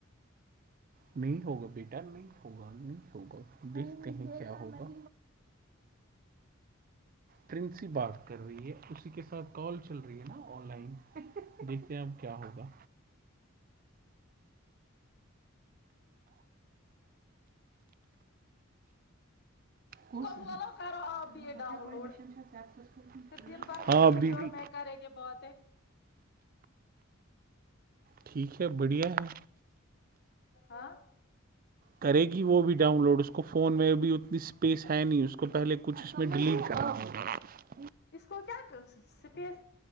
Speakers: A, on the right; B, on the left.
A: نہیں ہوگا بیٹا نہیں ہوگا نہیں ہوگا دیکھتے ہیں کیا ہوگا کےسی بات کر رہی ہے اسی کے ساتھ کال چل رہی ہے نا آن لائن دیکھتے ہیں آپ کیا ہوگا اچھا
B: چلو کرو آپ بھی ا ڈاؤن
A: کوئی
B: لوڈ
A: مشن ہے سکسیسفل
B: پھر دن بھر ہم
A: ہاں
B: بی
A: ابھی
B: بی
A: بھی
B: اور میں کریں کہے باتیں
A: ٹھیک ہے بڑھیا ہے
B: ہاں
A: کرے گی وہ بھی ڈاؤن لوڈ اس کو فون میں بھی اتنی اسپیس ہے نہیں اس کو پہلے کچھ اس میں ڈیلیٹ کرنا ہو
B: اس کو کیا سپیس